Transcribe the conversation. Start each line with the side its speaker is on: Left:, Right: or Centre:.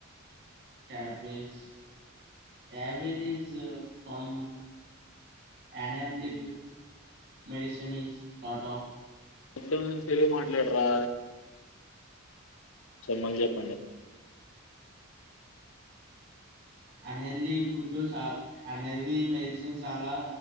Right: క్యాబేజీస్ ఫ్రమ్ అనల్ది మెడిసిన్ ఈస్ స్ట్ఫ్
Left: మొత్తం తెలుగు మాట్లాడరా మళ్లీ చెప్పండి
Right: అన్ హెల్దీ ఫుడ్ చ అనేది మెడిసిన్ చాలా